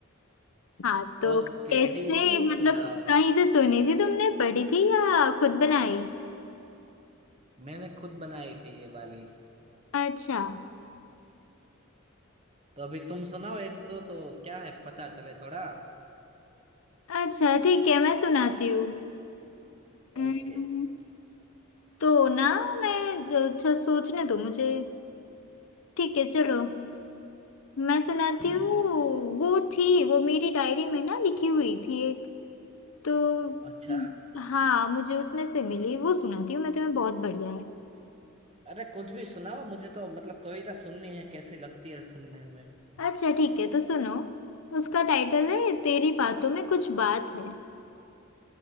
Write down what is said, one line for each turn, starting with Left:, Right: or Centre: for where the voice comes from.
Left: हाँ तो
Right: ओके
Left: कैसे
Right: अभी तू
Left: मतलब
Right: सुनाओ
Left: कहीं से सुनी थी तुमने पढ़ी थी या खुद बनाई
Right: मैंने खुद बनाई थी ये वाली
Left: अच्छा
Right: तो अभी तुम सुनाओ एक दो तो क्या है पता चले थोड़ा
Left: अच्छा ठीक है मैं सुनाती हूँ हम्म,
Right: ओके
Left: तो ना मैं अच्छा सोचने दो मुझे ठीक है चलो मैं सुनाती
Right: <clears throat>
Left: हूँ वो थी वो मेरी डायरी में ना लिखी हुई थी तो हम्म,
Right: अच्छा
Left: हाँ मुझे उसमें से मिली वो सुनाती हूँ मैं तुम्हें बहुत बढ़िया है
Right: अरे कुछ भी सुनाओ मुझे तो मतलब कविता सुननी है कैसी लगती है सुनने में
Left: अच्छा ठीक है तो सुनो उसका टाइटल है तेरी बातों में कुछ बात है